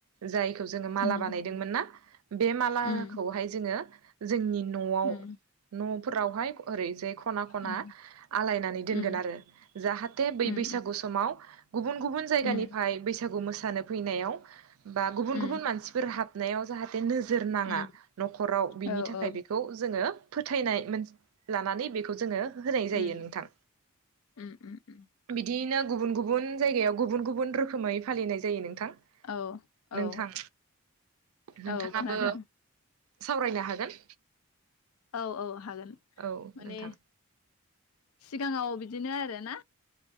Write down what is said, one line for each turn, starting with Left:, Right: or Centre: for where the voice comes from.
Right: जायखौ जोङो माला
Left: उम
Right: बानायदोंमोन ना बे मालाखौहाय
Left: उम
Right: जोङो यो जो जोंनि न'आव
Left: उम
Right: न' फोरावहाय ओरैजाय खना खना
Left: उम
Right: आलायनानै दोनगोन
Left: उम
Right: आरो जाहाथे बै
Left: उम
Right: बैसागु समाव गुबुन गुबुन जायगानिफाय
Left: उम
Right: बैसागु मोसानाय सानो फैनायाव बा गुबुन
Left: उम
Right: गुबुन मानसिफोर हाबनायाव <unintelligible> जोरनाङा
Left: उम
Right: न'खराव बिनि
Left: औ
Right: थाखाय
Left: औ
Right: बेखौ जोङो फोथायनाय मोनसे लानानै बेखौ जोङो होनाय जायो
Left: उम
Right: नोंथां
Left: उम उम उम
Right: बिदियैनो गुबुन गुबुन जायगायाव गुबुन गुबुन रोखोमै फालिनाय जायो नोंथां
Left: औ औ
Right: नोंथां नोंथाङाबो
Left: औ खोनादों
Right: सावरायनो हागोन।
Left: औ औ हागोन
Right: औ
Left: माने
Right: नोंथां
Left: सिगाङाव बि दिनो आरो ना